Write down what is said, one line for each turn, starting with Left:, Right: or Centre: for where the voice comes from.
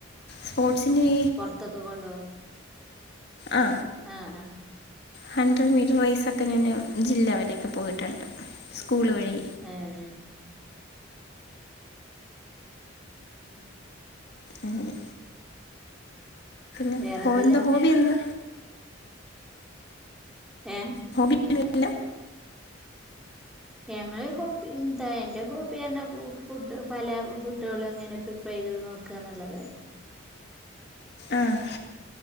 Left: സ്പോർട്സിനീ...
Centre: പൊറത്തൊക്കെ കൊണ്ടോവോ
Left: ആ
Centre: ആഹ ഹ.
Left: ഹൺഡ്രഡ് മീറ്റർ റയ്സൊക്കെ ഞാൻ ജില്ല വരെയൊക്കെ പോയിട്ടുണ്ട് സ്കൂള് വഴി.
Centre: ആഹ് ട്ട് പോണം
Left: അങ്ങനെ <unintelligible>
Centre: വേറെന്തെല്ലാം
Left: ഹോബി എന്താ
Centre: ഏഹ്
Left: ഹോബി ഒന്നും ഇല്ല
Centre: ഞങ്ങളെ ഹോബി എന്തേ എന്റെ ഹോബി പറഞ്ഞ ഫുഡ്ഡ് പല ഫുഡ്ഡ്കള്ങ്ങന പ്രി പെരേ നോക്കാ എന്നുള്ളതാ
Left: ആഹ്